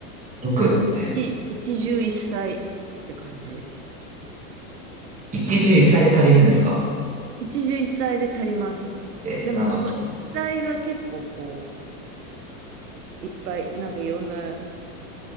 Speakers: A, on the right; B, on the right.
A: よく、
B: もう一、
A: えー、
B: 一汁一菜って感じ。
A: 一汁一菜で足りるんですか
B: 一汁一菜で足ります。
A: えー、
B: でもその一菜が結構こ
A: なんか、こ
B: う、いっぱい、なんかいろんな、